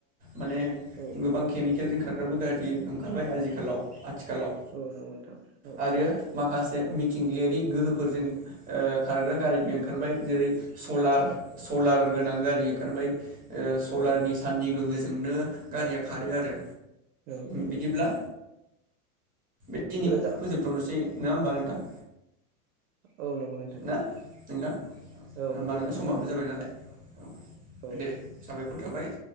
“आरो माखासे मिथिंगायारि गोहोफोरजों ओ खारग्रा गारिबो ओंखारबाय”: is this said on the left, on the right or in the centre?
Right